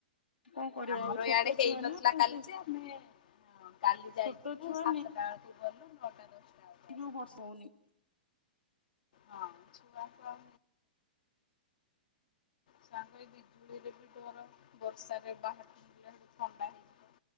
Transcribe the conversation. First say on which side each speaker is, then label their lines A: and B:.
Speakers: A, on the left (about 80°); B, on the left (about 60°).
A: କଣ କରିବା
B: ଆମର
A: ଆଉ ଛୋଟ
B: ଇଆଡେ ହେଇନଥିଲା
A: ଛୁଆ ନା ମତେ
B: କାଲି। ଯେ ଆମେ ହଁ କାଲି ଯାଇଥିବୁ।
A: ଛୋଟ ଛୁଆ
B: ସାତଟା ବେଳକୁ ଗଲୁ। ନଅଟା ଦଶଟା ବେଳକୁ ଆସିଲୁ।
A: ଜଉ ବସ୍ ହଉନି।
B: ହଁ ଛୁ ପା ଥାଉ। ତାଙ୍କୁ ଏ ବିଜୁଳି ରେ ବି ଡର। ବର୍ଷା ରେ ବାହାରକୁ ଯିବା ଥଣ୍ଡା ହେଇଯିବ।